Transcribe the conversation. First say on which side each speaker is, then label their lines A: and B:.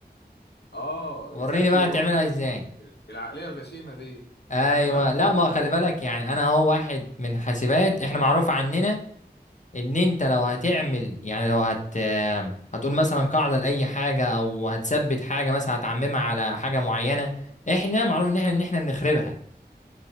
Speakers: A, on the left; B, on the left.
A: اه
B: وريني
A: زي
B: بقى
A: برضه
B: تعملها ازاي
A: العقلية الغشيمة دي
B: ايوه
A: تمام
B: لا ما خلي بالك يعني انا هو واحد من حاسبات احنا معروف عننا ان انت لو هتعمل يعني لو هت هتقول مثلا قاعده لاي حاجه او هتثبت حاجه مثلا هتعممها على حاجه معينه احنا معروف ان احنا ان احنا بنخربها